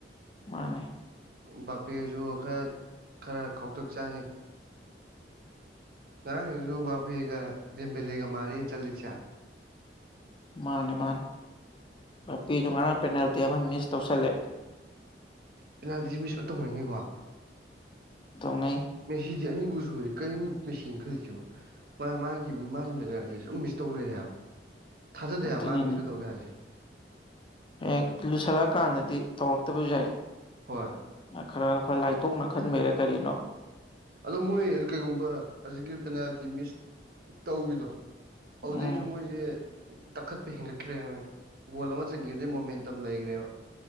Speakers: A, on the left; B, on the right.
A: ꯃꯥꯅꯦ
B: ꯕꯥꯄꯦꯁꯨ ꯈꯔ ꯈꯔ ꯈꯧꯇꯛ ꯆꯥꯅꯤ ꯉꯔꯥꯡꯁꯤꯡꯁꯨ ꯕꯥꯕꯦꯒ ꯖꯦꯝꯕꯂꯦꯒ ꯃꯥꯜꯂꯤꯅ ꯆꯠꯂꯤꯁꯦ
A: ꯃꯥꯅꯤ ꯃꯥꯅꯤ ꯄꯤꯁꯨ ꯉꯔꯥꯡ ꯄꯦꯅꯥꯜꯇꯤ ꯑꯃ ꯃꯤꯁ ꯇꯧꯁꯜꯂꯦ
B: ꯄꯦꯅꯥꯜꯇꯤꯁꯤ ꯃꯤꯁ ꯑꯣꯏꯅ ꯇꯧꯅꯉꯅꯤꯀꯣ
A: ꯇꯣꯡꯉ
B: ꯃꯦꯆꯗꯤ ꯑꯅꯤꯕꯨ ꯁꯨꯔꯦ ꯀꯔꯤ ꯃꯦꯆ ꯈꯜꯂꯤꯁꯤꯕꯣ ꯃꯥ ꯃꯥꯒꯤ ꯃꯥꯒꯤ ꯁꯨꯝ ꯃꯤꯁ ꯇꯧ ꯂꯩꯔꯦ ꯍꯥꯏꯕ ꯊꯥꯖꯗꯦ
A: ꯑꯗꯨꯅꯤꯅꯦ
B: ꯍꯥꯏꯕ ꯃꯥ ꯃꯤꯁꯀꯩ ꯇꯧꯒꯦ ꯍꯥꯏꯕꯁꯦ
A: ꯍꯌꯦꯡ ꯂꯨꯁꯜꯂꯛꯑꯀꯥꯟꯗꯗꯤ ꯇꯧꯔꯛꯇꯕꯁꯨ ꯌꯥꯏ
B: ꯍꯣꯏ
A: ꯈꯔ ꯈꯔ ꯂꯥꯏꯊꯣꯛꯅ ꯈꯟꯕꯩꯔꯥ ꯀꯔꯤꯅꯣ
B: ꯑꯗꯣ ꯃꯣꯏ ꯀꯩꯒꯨꯝꯕ ꯑꯁꯤꯒꯤ ꯄꯦꯅꯥꯜꯇꯤ ꯃꯤꯁ ꯇꯧꯈꯤꯗꯣ ꯑꯗꯨꯗꯩꯁꯨ
A: ꯎꯝ
B: ꯃꯣꯏꯁꯦ ꯇꯛꯈꯠꯄꯤ ꯍꯦꯟꯒꯠꯈ꯭ꯔꯦ ꯃꯣꯏ ꯒꯣꯜ ꯑꯃ ꯆꯟꯈꯤꯕꯗꯩ ꯃꯣꯃꯦꯟꯇꯝ ꯂꯩꯈ꯭ꯔꯦꯕ